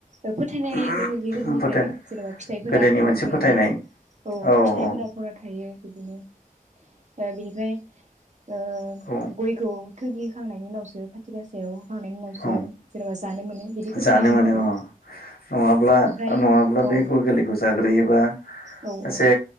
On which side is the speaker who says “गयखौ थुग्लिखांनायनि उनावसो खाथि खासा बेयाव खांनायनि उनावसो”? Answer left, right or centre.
Right